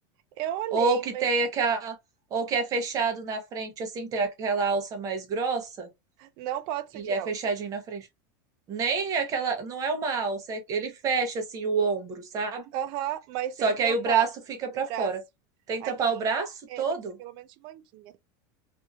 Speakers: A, on the right; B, on the right.
A: Eu olhei,
B: Ou que
A: mas
B: tem aquela, ou que é fechado na frente assim, tem aquela alça mais grossa.
A: não pode
B: E
A: ser de
B: é
A: alça.
B: fechadinho na frente. Nem aquela. Não é uma alça, é- ele fecha assim o ombro, sabe?
A: Aham, mas
B: Só
A: tem que
B: que
A: tampar
B: aí o braço fica
A: o
B: pra
A: braço.
B: fora. Tem
A: Aqui,
B: que tampar o braço
A: ah, é,
B: todo,
A: tem que ser pelo menos de manguinha.